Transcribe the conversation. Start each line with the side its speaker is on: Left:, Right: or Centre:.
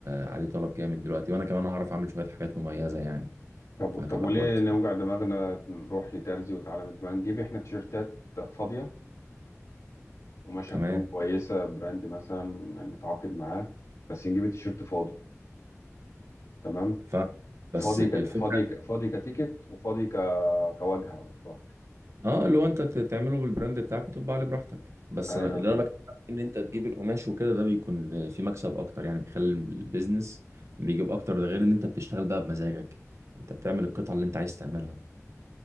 Right: عليه طلب جامد دلوقتي وانا كمان هعرف اعمل شوية حاجات مميزة يعني
Left: طب
Right: فهتبقى
Left: طب وليه
Right: كويسة
Left: نوجع دماغنا نروح لترزي وتعالى من ما نجيب احنا تيشيرتات فاضية قماشة
Right: تمام
Left: تكون كويسة براند مثلا نتعاقد معاه بس نجيب التيشيرت فاضي تمام
Right: ف بس
Left: فاضي
Right: الفكرة
Left: ك... فاضي ك... فاضي كتيكت وفاضي ك... كواجهة وظهر
Right: اه اللي هو انت ت- تعمله بالبراند بتاعك وتطبع عليه براحتك بس
Left: ايوه
Right: انا اللي انا بكلمك ان انت تجيب القماش وكده ده بيكون في مكسب اكتر يعني بيخلي البيزنس بيجيب اكتر ده غير ان انت بتشتغل بقى بمزاجك انت بتعمل القطعة اللي انت عايز تعملها